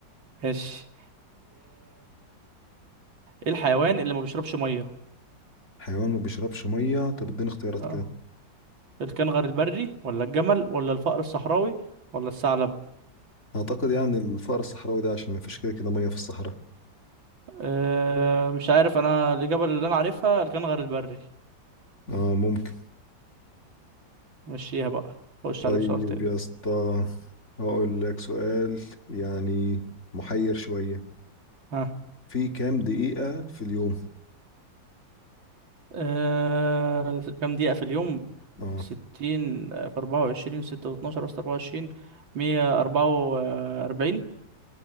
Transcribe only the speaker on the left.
حيوان ما بيشربش مية طب اديني اختيارات
كده
اعتقد يعني الفأر الصحراوي ده عشان ما فيش كده كده مية في الصحراء
اه ممكن
طيب
يا اسطى هقول لك سؤال يعني محير شوية
في كام دقيقة في اليوم
اه